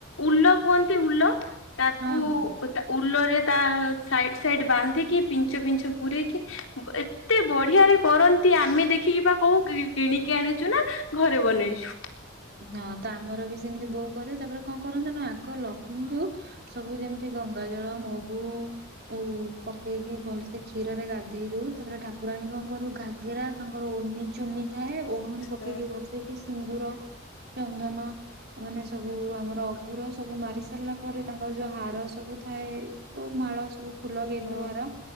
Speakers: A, on the left; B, on the right.
A: ଉଲ କୁହନ୍ତି। ଉଲ ତାକୁ
B: ହଁ ହଁ।
A: ଓ ତା, ଉଲରେ ତା ସାଇଡ୍ ସାଇଡ୍ ବାନ୍ଧିକି, ପିଞ୍ଚ ଫିଞ୍ଚ ପୁରେଇକି ଏତେ ବଢିଆରେ କରନ୍ତି। ଆମେ ଦେଖିକି ବା କହୁ କି -କିଣିକି ଆଣିଛୁ ନା ଘରେ ବନେଇଛୁ?
B: ହଁ, ତ ଆମର ବି ସେମିତି ବୋଉ କରେ। ତା'ପରେ କଣ କରନ୍ତୁ ନା। ଆକ ଲକ୍ଷ୍ମୀଙ୍କୁ ସବୁ ଯେମିତି ଗଙ୍ଗାଜଳ, ମହୁ ଓ ପକେଇକି ଭଲସେ ଖିର୍ ର ରେ ଗାଧେଇ ଦଉ। ତା'ପରେ ଠାକୁରାଣୀ କଣ କରୁ, ଘାଗେରା ତାଙ୍କର ଓନିଚୁନି ଥାଏ। ଓଢଣୀକୁ ପକେଇକି
A: ହୁଁ
B: ବସେଇକି। ସିନ୍ଦୁର, ଚନ୍ଦନ ମାନେ ସବୁ ଆମର ଅଗୁର ସବୁ ମାରି ସାରିଲା ପରେ, ତାଙ୍କର ଯୋଉ ହାର ସବୁ ଥାଏ। ଯଉ ମାଳ ସବୁ, ଫୁଲ ଗେଣ୍ଡୁ
A: ହୁଁ।
B: ହାର